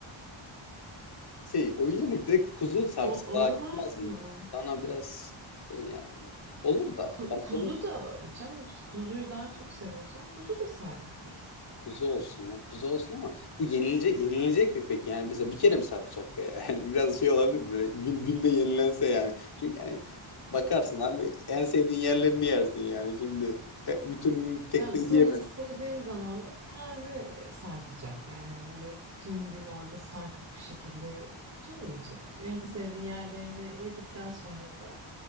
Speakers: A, on the left; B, on the right.
A: şey o yemek direkt kuzu sarksı
B: O
A: daha
B: olmaz
A: gitmez mi?
B: mı? o?
A: Bana biraz şey yani. Olur da
B: Ku-
A: bana
B: kuzu
A: da olur.
B: da e, canım kuzuyu daha çok seviyorsan kuzu da sarkıtırız.
A: Kuzu olsun yani. Kuzu olsun ama bu yenilecek yenilecek mi peki? Yani mesela bir kere mi sarkacak be? <laughs> Yani biraz şey olabilir mi? Böyle gün, günde yenilense yani. Çünkü hani bakarsın abi en sevdiğin yerlerini yersin yani. Şimdi e, bütün tek
B: Canım
A: de
B: senin
A: yiyemezsin.
B: istediğin zaman da taze sarkacak. Yani öyle bütün gün orada sarkık bir şekilde durmayacak. En sevdiğin yerlerini yedikten sonra da